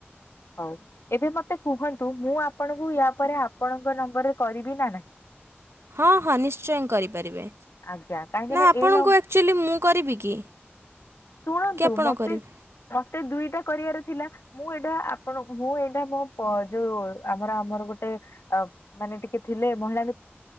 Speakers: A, on the left (about 80°); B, on the right (about 80°).
A: ହଉ ଏବେ ମତେ କୁହନ୍ତୁ ମୁଁ ଆପଣଙ୍କୁ ୟା ପରେ ଆପଣଙ୍କ ନମ୍ବରରେ କରିବି ନା ନାହିଁ?
B: ହଁ ହଁ ନିଶ୍ଚୟ କରିପାରିବେ
A: ଆଜ୍ଞା କାହିଁକି
B: ନା ଆପଣଙ୍କୁ
A: ଏଇ ନମ୍ବର
B: ଆକ୍ଚୁଆଲି ମୁଁ କରିବି କି?
A: ଶୁଣନ୍ତୁ
B: କି ଆପଣ
A: ମତେ
B: କରିବେ
A: ମତେ ଦୁଇଟା କରିବାର ଥିଲା ମୁଁ ଏଇଟା ଆପଣ ମୁଁ ଏଇଟା ମୋ ଯୋଉ ଆମର ଆମର ଗୋଟେ ଅ ମାନେ ଟିକେ ଥିଲେ ମହିଳା ମି